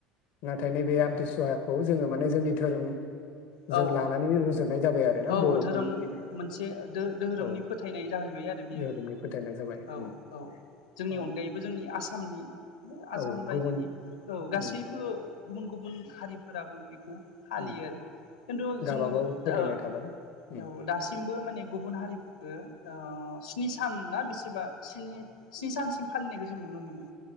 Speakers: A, on the left; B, on the left.
A: नाथाय नैबे आमथिसुवाखौ जोङो माने जोंनि धोरोम
B: औ
A: जों लानानै रुजुनाय जाबाय आरोना
B: औ
A: बर'फोरनि
B: धोरोम मोनसे दों दोहोरोमनि
A: ओ औ
B: फोथायनाय जाहैबाय आरो बियो
A: धोरोमनि फोथायनाय जाबाय
B: औ
A: उम
B: औ जोंनि
A: औ
B: अनगायैबो जोंनि आसामनि आसाम
A: औ
B: रायजोनि
A: गुबुन
B: औ गासैबो
A: उम
B: गुबुन गुबुन हारिफोराबो बेखौ फालियो
A: उम
B: आरो खिन्थु
A: गावबागाव
B: जोङो
A: फोथायनाय
B: औ
A: थाबाय उम
B: दासिमबो माने गुबुन हारिफोरफोरखो ओ स्नि सान ना बेसेबा सिनि स्नि सानसिम फालिनायखौ जों नुनो मोनो